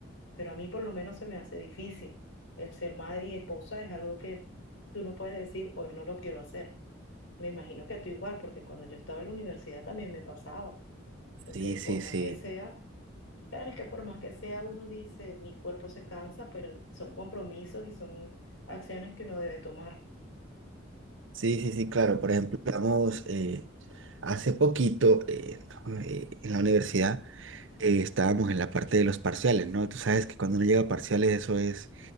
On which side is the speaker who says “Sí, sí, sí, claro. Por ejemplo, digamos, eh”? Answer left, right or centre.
Right